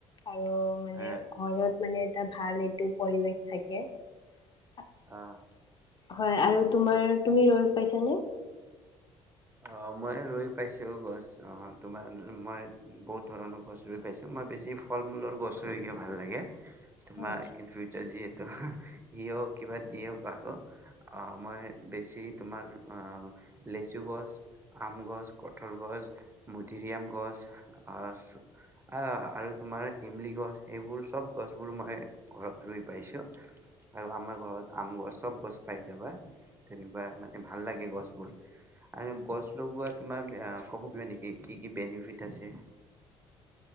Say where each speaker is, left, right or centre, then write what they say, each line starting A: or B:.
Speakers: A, on the left; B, on the right.
A: আৰু মানে
B: এ
A: ঘৰত মানে ভালেই টো পৰিৱেশ থাকে <unintelligible>
B: আহ
A: হয় আৰু তমাৰ তোমি ৰুই পছানে
B: অ মই ৰুই পাইছো গছ অ তোমাৰ মই বহুত ধৰণৰ গছ ৰুই পাইছো মই বেছি ফল মূলৰ গছ ৰুই গে ভাল লাগে। ম
A: আচ্ছা।
B: ইন ফউচাৰ য সি হ কিবা দিয়ক আৰু অ মই বেছি তোমাৰ অ লেচু গছ আম গছ কঠল গছ মধৰিআম গছ আহ আহ আৰু তোমাৰ ইমলি গছ সেইবোৰ চব গছবোৰ মই ঘৰত ৰুই পাইছো আৰু আমাৰ ঘৰত আম গছ চব গছ পাই যাবা তেনেকুৱা মানে ভাল লাগে গছবোৰ আৰু গছ লগোৱা তোমাৰ ক'ব পিয়া নেকি কি কি বেনিফিট আছে